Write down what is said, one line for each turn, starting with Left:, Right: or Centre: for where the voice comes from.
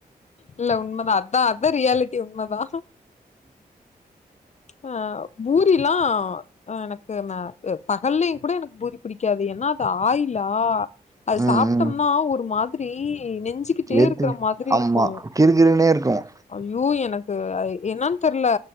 Left: இல்ல உண்மதா அதா அதா ரியாலிட்டி உண்மதா ஆ பூரியெல்லா ஆ எனக்கு ம பகல்லயுங் கூட எனக்கு பூரி புடிக்காது ஏனா அது ஆயிலா அது
Right: ம்,
Left: சாப்ட்டம்னா
Right: ம்.
Left: ஒரு மாதிரி நெஞ்சு க்கிட்டே
Right: ஏத்து
Left: இருக்கற மாதிரி
Right: ஆமா
Left: இருக்கு
Right: கிறுகிறுனே இருக்கும்
Left: அய்யோ எனக்கு என்னன் தெர்ல